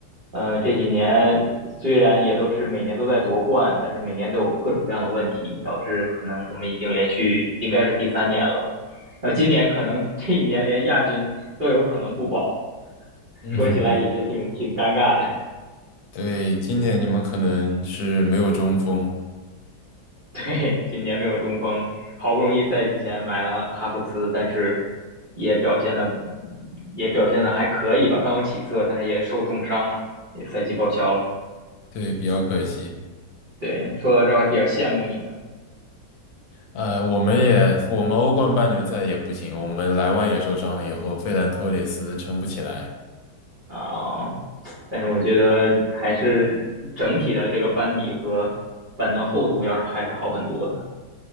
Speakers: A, on the right; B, on the left.
A: 呃，这几年虽然也都是每年都在夺冠，但是每年都有各种各样的问题，导致可能我们已经连续应该是第三年了。然后今年可能这一年连亚军都有可能不保，
B: 嗯哼，
A: 说起来也是挺挺尴尬的。
B: 对，今年你们可能是没有中锋，
A: 对，今年没有中锋，好不容易赛季前买了哈弗茨，但是也表现的也表现的还可以吧，刚有起色，但是也受重伤嘛，也赛季报销了。
B: 对，比较可惜。
A: 对，说到这儿还比较羡慕你们
B: 呃，我们也，我们欧冠半决赛也不行，我们莱万也受伤了以后，费兰托雷斯撑不起来。
A: 啊，但是我觉得还是整体的这个班底和板凳厚度要是还是好很多的，